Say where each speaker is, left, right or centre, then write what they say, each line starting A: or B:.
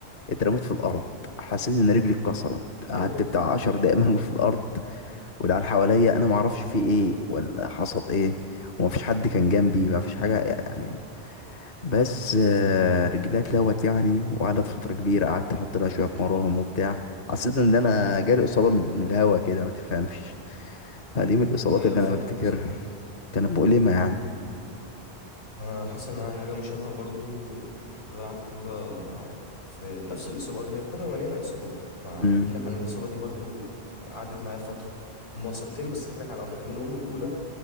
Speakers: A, on the left; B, on the left.
A: اترميت في الارض حسيت ان رجلي اتكسرت قعدت
B: <laughs>
A: بتاع 10 دقايق مرمي في الارض والعيال حواليا انا ما اعرفش في ايه ولا حصل ايه ومفيش حد كان جنبي مفيش حاجه يعني بس آه، رجليها اتلوت يعني وقعدت فتره كبيره قعدت احط لها شويه مراهم وبتاع حسيت ان انا جالي اصابه من من الهوا كده ما تفهمش فدي من الاصابات
B: ايوه
A: اللي
B: فاهمك
A: انا بفتكرها
B: يا أستاذ.
A: كانت مؤلمه يعني
B: انا حصل معايا حاجة مشابهة برضو كنت بلعب كورة في نفس الإصابة دي هي الكورة مليانة إصابات فاحكي
A: امم
B: لك عن الإصابة دي برضو قعدت معايا فترة هما إصابتين بس احكي لك على واحدة منهم الأولى